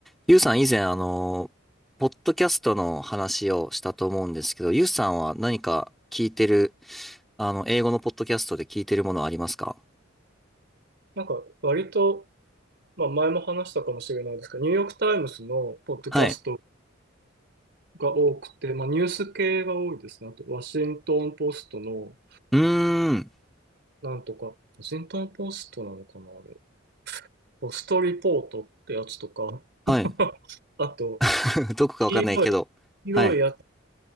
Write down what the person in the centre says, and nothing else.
ゆうさん以前、あの、ポッドキャストの話をしたと思うんですけど、ゆうさんは何か聞いてる、あの、英語のポッドキャストで聞いてるものはありますか
はい。
うーん。
はい。
<laughs> どこかわかんないけど。
はい。